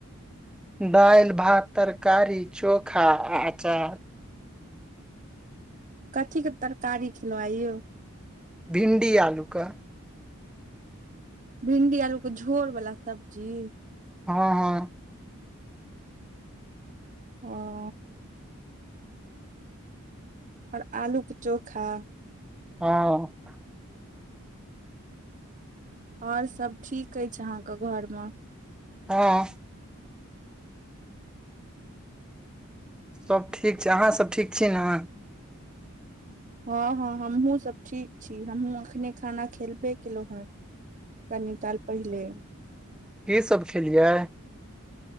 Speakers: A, in the centre; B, on the right.
A: दाइल भात तरकारी चोखा आ अचार
B: कथीक कऽ तरकारी खिलौ आइ यौ
A: भिणडी आलूके
B: भिंडी आलू के झोर वाल्ला सब्जी
A: हँ हँ
B: अ आओर आलू के चोखा
A: हँ
B: आओर सब ठीक अछि अहाँके घर म
A: हँ सब ठीक छै अहाँसभ ठीक छी ने
B: हँ हँ हमहु सब ठीक छी हमहहुँ अखने खाना खेलबे केलहुँ हँ कनी काल पहिले
A: की सब खेलियै